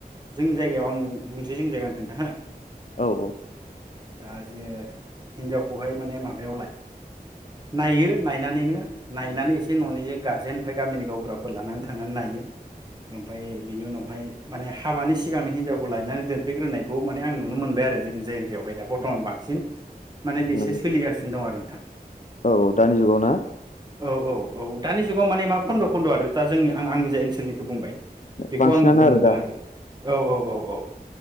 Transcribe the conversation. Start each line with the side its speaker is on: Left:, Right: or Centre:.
Right: जोंनि जायगायाव आं बुंसै जोंनि जायगा होनखोनथ हो।
Left: औ औ
Right: दा जे हिनजावखौहाय माने माबायावलाय नायो नायनानैनो नायनानै एसे न'निजों गारजेन ओमफ्राय गामिनि गावबुराफोर लानानै थांनानै नायो ओमफ्राय बिनि उनाव ओमाय माने हाबानि सिगांनि हिनजावखौ लायनानै दोनफैग्रोनायखौ माने आं नुनो मोनबाय आरो जोंनि जायगाआवहाय दा बर्थमान बांसिन। माने बेसो
Left: नंगौ
Right: सोलिगासिनो दं आरो नोंथां
Left: औ औ दानि जुगाव ना।
Right: औ औ औ औ दानि जुगाव माने मा खन्द' खन्द' आरो दा जोंनि आं आंनि जाय ओनसोलनिखौ बुंबाय। बे
Left: बांसिनानो
Right: खौ आं नुनो मोन्दों
Left: दा
Right: आरो औ औ औ औ